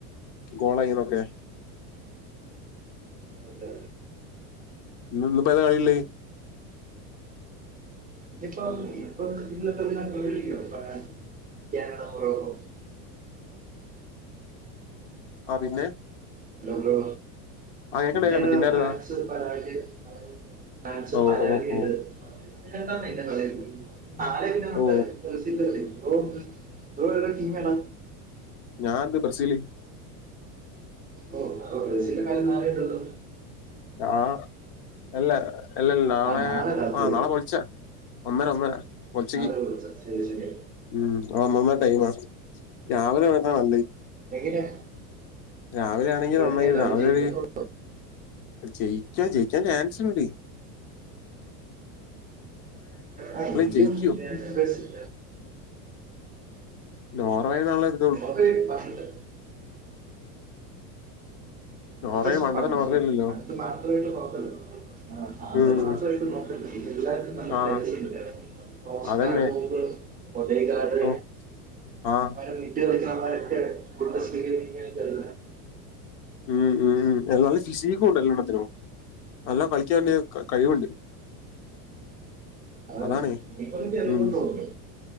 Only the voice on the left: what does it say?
കോളയിനൊക്കെ
ഇന്ന് ഇന്നിപ്പതാ കളില്ലേ
ആ പിന്നെ.
ആഹ് കേക്കണ്ട്
കേക്കണ്ട് പിന്നാരതാ
ഓ
ഓ ഓ
ഓ
ഞാത് ബ്രസീല്.
ആഹ് അല്ല അല്ലൽ നാളെ
ആ
നാളെ പൊൽച്ച. ഒന്നര ഒന്നര പൊൽച്ച്ക്ക്.
ഉം ഒന്നാരാ ടൈമ രാവിലെ വര്ണ നല്ലത്
രാവിലാണെങ്കി നന്നായിന്
രാവിലൊരു
ജയിക്ക്യ ജയിക്ക്യാൻ ചാൻസുണ്ട്.
ജയിക്കൂ
നോർവേന്നുള്ളത്
നോർവേ
പണ്ടത്തെ
നോർവേ അല്ലല്ലോ
ഉം
ആഹ്
അതന്നെ
ഓ ആഹ്
ഉം ഉം ഉ എല്ലാർക്കും ഫിസീക്കുണ്ടല്ലോടാത്തിനും നല്ലാ കളിക്കാന് കഴിവുണ്ട്
അതാണ്
ഉം